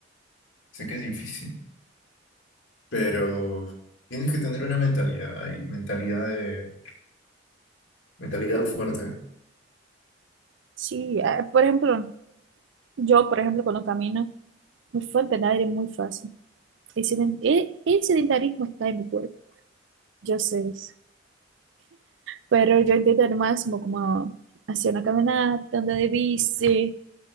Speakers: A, on the left (about 75°); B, on the right (about 65°).
A: Sé que es difícil. pero tienes que tener una mentalidad ahí, mentalidad de, mentalidad fuerte.
B: Sí, ah, por ejemplo, yo, por ejemplo, cuando camino, mi fuente de aire es muy fácil. El, seden- el- el sedentarismo está en mi cuerpo, yo sé eso. Pero yo intento al máximo como hacer una caminata, andar de bici,